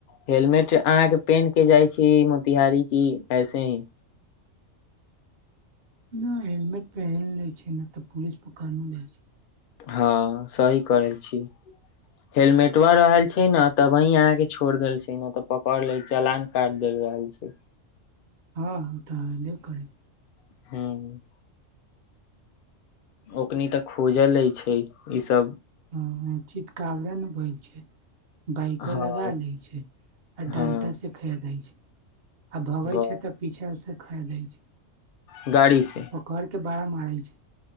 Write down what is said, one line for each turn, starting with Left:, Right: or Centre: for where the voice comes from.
Left: हेलमेट अहाँ केँ पेहेन केँ जाइ छी मोतिहारी की ऐसे ही।
Right: नै हेलमेट पेहेन लै छै नऽ तऽ पुलिस पकड़ नु लै छैय।
Left: ह सही करल छी। हेलमेटवा रहल छैय न तब ही आहाँकेँ छोड़ द छैय न तऽ पकड़ ले चलान काट देल रहल छैय।
Right: हँ ओ तऽ अले करै।
Left: <unintelligible> ओकनी तऽ खोजल ले छैय इ सब।
Right: <unintelligible> चितकावरे नहि भैय छैय। बाइकबा
Left: हँ
Right: लगा लै छैय आ डण्टासे
Left: हँ
Right: खहेदै छैय। आ भगै
Left: ब-
Right: छैय तऽ पीछासँ खहदै छैय।
Left: गाड़ी से
Right: पकड़ कऽ बड़ा मारै छैय।